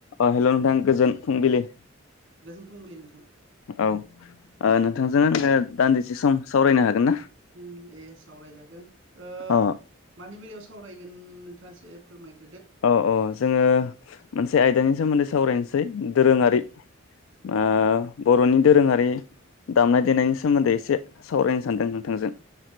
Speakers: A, on the left; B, on the right.
A: अ hello नोंथां गोजोन फुंबिलि।
B: गोजोन फुंबिलि नोंथां।
A: औ ओ नोंथांजों आङो दान्दिसे सम सावरायनो हागोन ना?
B: उम दे सावरायजागोन ओ
A: अ
B: मानि बेलायाव साव सावरायगोन नोंथाङा एसे फोरमाय।
A: औ औ जोङो मोनसे आयदानि सोमोन्दै सावरायनोसै दोरोङारि
B: औ।
A: ओ बर'नि दोरोङारि दामनाय देनायनि सोमोन्दै एसे सावरायनो सानदों नोंथांजों।